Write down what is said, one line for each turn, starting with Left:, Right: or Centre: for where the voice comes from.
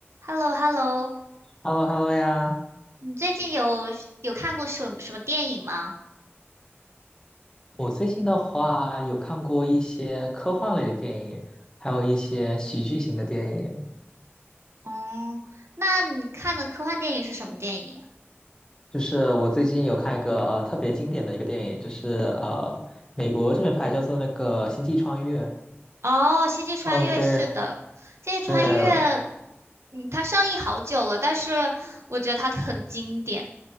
Right: h e l l o h e l l o
Left: h e l l o h e l l o 呀！
Right: 你最近有有看过什什么电影吗？
Left: 我最近的话有看过一些科幻类的电影，还有一些喜剧型的电影。
Right: 嗯，那你看的科幻电影是什么电影
Left: 就是我最近有看一个呃特别经典的一个电影，就是呃美国这边拍叫做那个《星际穿越》。
Right: 啊哦，《星际穿越》是的，
Left: 哦，对
Right: 《星际穿越》，
Left: 对
Right: 嗯，它上映好久了，但是我觉得它很经典。